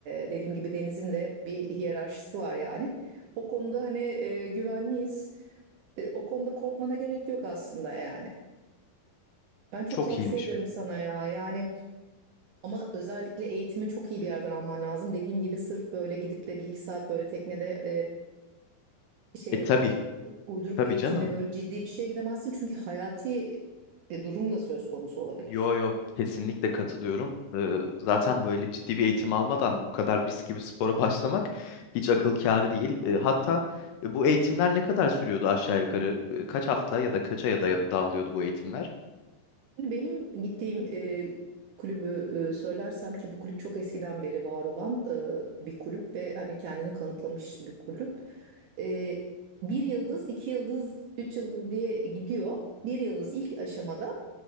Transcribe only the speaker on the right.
e, dediğim gibi denizin de bir hiyerarşisi var yani. O konuda hani e, güvenliyiz. E, o konuda korkmana gerek yok aslında yani. Ben çok
tavsiye
ederim sana ya. Yani ama özellikle eğitimi çok iyi bir yerden alman lazım. Dediğim gibi sırf böyle gidip de bir iki saat böyle teknede şey
yapıp
uyduruk
bir eğitimle
böyle ciddi bir şeye gidemezsin. Çünkü hayati e, durum da söz konusu olabilir.
Şimdi benim gittiğim e, kulübü e, söylersem ki bu kulüp çok eskiden beri var olan e, bir kulüp ve hani kendini kanıtlamış bir kulüp. E, bir yıldız, iki yıldız, üç yıldız diye gidiyor. Bir yıldız ilk aşamada